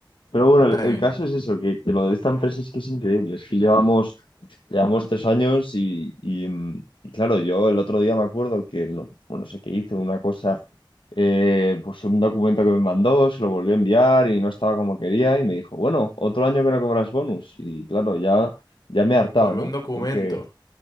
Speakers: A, on the left; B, on the left.
A: Pero bueno, el,
B: Ay,
A: el caso es eso, que, que lo de esta empresa es que es increíble, es que llevamos Llevamos tres años y, y, mm, y claro, yo el otro día me acuerdo que, no, bueno, no sé qué hice una cosa, eh, pues un documento que me mandó, se lo volvió a enviar y no estaba como quería y me dijo, bueno, otro año que no cobras bonus. Y claro, ya, ya me he hartado,
B: por
A: ¿no?
B: un documento.
A: Porque